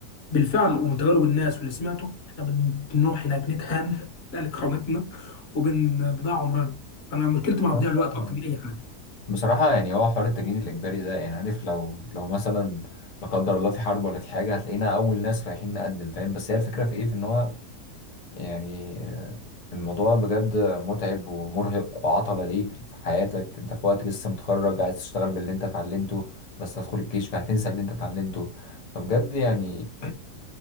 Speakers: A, on the left (about 45°); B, on the left (about 70°).
A: بالفعل ومن تجارب الناس واللي سمعته احنا بنروح هناك نتهان <laughs> نتقل كرامتنا وبنضيع عمرنا فانا مشكلتي مع تضييع
B: أيوة.
A: الوقت اكتر من اي حاجه
B: بصراحة يعني هو حوار التجنيد الإجباري ده يعني عارف لو لو مثلا لا قدر الله في حرب ولا في حاجة هتلاقينا أول ناس رايحين نقدم فاهم بس هي الفكرة في إيه في إن هو يعني آه، الموضوع بجد متعب ومرهق وعطلة ليك في حياتك أنت في وقت لسه متخرج عايز تشتغل باللي أنت اتعلمته بس هتدخل الجيش فهتنسى اللي أنت اتعلمته فبجد يعني